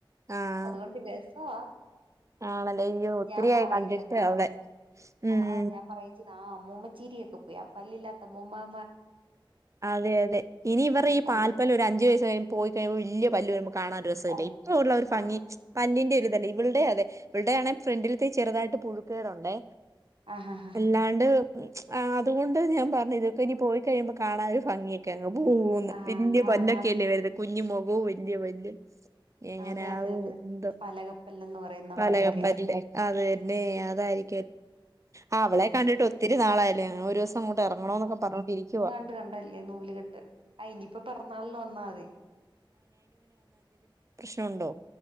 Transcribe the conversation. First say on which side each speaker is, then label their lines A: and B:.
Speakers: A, on the right; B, on the right.
A: ആഹ്
B: അതുകൊണ്ട് രസവാ
A: ആണല്ലേ അയ്യോ ഒത്തിരിയായി
B: ഞാൻ പറയ
A: കണ്ടിട്ട്
B: വരുന്ന
A: അവളെ ഉം
B: ആ ആഹ് ഞാൻ പറയുംയും ചെയ ആഹ് അമ്മൂമ്മച്ചീരിയൊക്കെ പോയി ആ പല്ലില്ലാത്ത മ്മൂമ്മ
A: അതെ അതെ ഇനി ഇവർ ഈ
B: പല്ലൊക്കെ
A: പൽപ്പല്ല് ഒരു അഞ്ച് വയസ്സ് കഴ്പ പോയിഴുമ്പോ വല്ല്യ പല്ല് കാണാനോ ഒരു രസമല്ല
B: ഓ
A: എത്ര ഉള്ള ഒരു ഭംഗി
B: ആ
A: പല്ലിന്റെ ഒരുതല ഇവളടെ അതെ ഇവടെ ആണേ ഫ്രണ്ടിലത്തെ ചെറുതായിട്ട് പുഴുക്കുകളുണ്ട്
B: ആ ഹ ഹ
A: അല്ലാണ്ട് അതുകൊണ്ട് ഞാൻ പറഞ്ഞു ഇതൊക്കെ ഇനി പോയിക്കഴിയുമ്പോ കാണാന ഒരു ഭംഗിയൊക്കെ അ പോന്ന്
B: ആ
A: വലിയ
B: ആ
A: പല്ലൊക്കെല്ലേ വരുന്ന കുഞ്ഞുമ മുഖവും വലയ വല്യ എങ്ങനെ
B: അതെ അതെ
A: ആ
B: അതെ
A: എന്തോ
B: പലകപ്പല്ലെന്ന് പറയും നമ്മുടെയൊക്കെ
A: പലകപ്പ അത് തന്നെ അതായി ആ അവളെ കണ്ടിട്ട് ഒത്തിരി നാളായല്ലേ ഒരു ദിവസം അങ്ങോട്ട് ഇറങ്ങണ എന്നൊക്കെ പറഞ്ഞോണ്ടിരിക്കുവവാ
B: ണ്ട് കണ്ടല്ലേ നൂല് കെട്ട് ഇനിയിപ്പോ പിറന്നാളി വന്നാൽ മതി
A: പ്രശ്നമുണ്ടോ